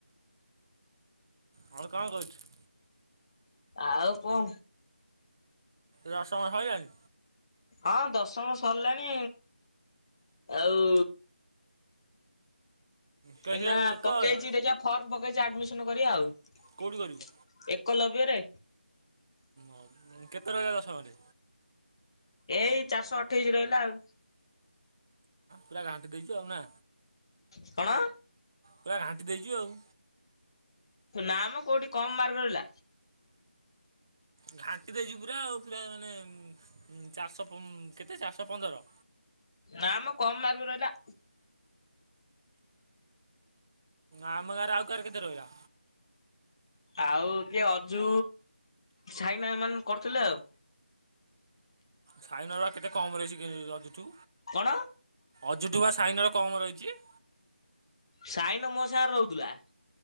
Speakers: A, on the right (about 20°); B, on the left (about 25°).
A: ହଁ କଣ କହୁଛୁ।
B: ଆଉ କଣ?
A: ଦଶମ ସରିଲାଣି
B: ହଁ ଦଶମ ସରିଲାଣି ଆଉ।
A: କେ-
B: ଏ ନା
A: କେତେ
B: ପକେଇଛି
A: ରହିଲା?
B: ଦେଜ ଫର୍ମ ପକେଇଛି ଆଡମିସନ କରିବା ଆଉ
A: କେଉଁଠି କରିବୁ
B: ଏକ ଲବ୍ୟ ରେ।
A: ହଉ କେତେ ରହିଲା ଦଶମରେ।
B: ଏଇ ଚାରିଶହ ଅଠେଇଶି ରହିଲା ଆଉ।
A: ପୁରା ଘାଣ୍ଟି ଦେଇଛୁ ଆଉ ନା।
B: କଣ?
A: ପୁରା ଘାଣ୍ଟି ଦେଇଛୁ ଆଉ।
B: ନା ମ କୋଉଠି କମ ମାର୍କ ରହିଲା।
A: ଘାଣ୍ଟି ଦେଉଛୁ ପୁରା ଆଉ ପୁରା ମାନେ ଚାରିଶହ କେତେ ଚାରିଶହ ପନ୍ଦର।
B: ନା ମ କମ ମାର୍କ ରହିଲା।
A: ଆମ ଗା ରେ ଆଉ କାହାର କେତେ ରହିଲା।
B: ଆଉ କିଏ ଅଜୁ ସାଇନା ଏମାନେ କରୁଥିଲେ ଆଉ।
A: ସାଇନ ର ବା କେତେ କମ ରହିଛି କି ଅଜୁଠୁ।
B: କଣ
A: ଅଜୁଠୁ ବା ସାଇନ ର କମ ରହିଛି।
B: ସାଇନ ମୋ ସାଙ୍ଗ ରେ ରହୁଥିଲା।